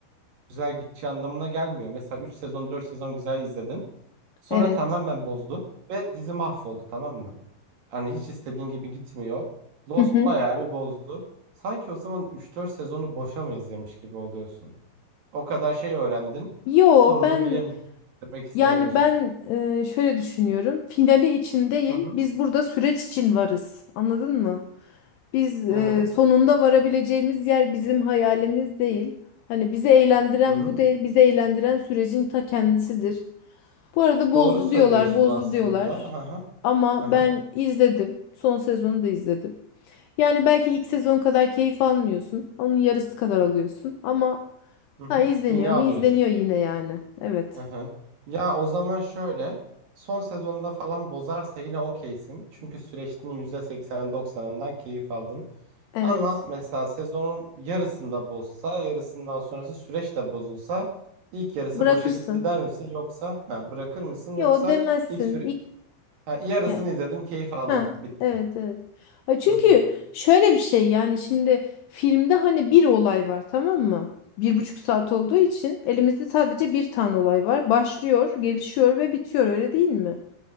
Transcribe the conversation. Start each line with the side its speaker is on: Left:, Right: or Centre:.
Right: güzel gideceği anlamına gelmiyor. Mesela 3 sezon 4 sezon güzel izledin. Sonra
Left: Evet.
Right: tamamen bozdu ve dizi mahvoldu tamam mı? Hani hiç istediğin gibi gitmiyor. Lost
Left: Hı hı.
Right: bayağı bir bozdu. Sanki o zaman üç dört sezonu boşa mı izlemiş gibi oluyorsun? O kadar şey öğrendin.
Left: Yo
Right: Sonunu
Left: ben
Right: bilemiyorsun. Demek istemiyorsun.
Left: Yani ben e, şöyle düşünüyorum. Finali için değil,
Right: Hı hı.
Left: biz burada süreç için varız. Anladın mı? Biz e,
Right: Hı hı.
Left: sonunda varabileceğimiz yer bizim hayalimiz değil. Hani bizi eğlendiren
Right: Hı hı.
Left: bu değil, bizi eğlendiren sürecin ta kendisidir. Bu arada bozdu
Right: Doğru söylüyorsun
Left: diyorlar, bozdu
Right: aslında.
Left: diyorlar.
Right: Hı hı.
Left: Ama
Right: Hı
Left: ben
Right: hı.
Left: izledim. Son sezonu da izledim. Yani belki ilk sezon kadar keyif almıyorsun. Onun yarısı kadar alıyorsun. Ama
Right: Hı hı.
Left: ha izleniyor
Right: Yine alıyorsun.
Left: mu? İzleniyor yine yani. Evet.
Right: Hı hı. Ya o zaman şöyle. Son sezonda falan bozarsa yine okeysin. Çünkü süreçtin yüzde seksen doksanından keyif aldın.
Left: Evet.
Right: Ama mesela sezonun yarısında bozsa, yarısından sonrası süreç de bozulsa ilk yarısı
Left: Bırakırsın.
Right: boşa gitti der misin? Yoksa ha, bırakır mısın?
Left: Yo
Right: Yoksa
Left: demezsin.
Right: ilk süre
Left: İlk
Right: ha, yarısını
Left: ya-
Right: izledim, keyif aldım,
Left: ha,
Right: bitti.
Left: evet evet. Ha, çünkü
Right: Hı hı.
Left: şöyle bir şey yani şimdi filmde hani bir olay var tamam mı? Bir buçuk saat olduğu için elimizde sadece bir tane olay var. Başlıyor, gelişiyor ve bitiyor öyle değil mi?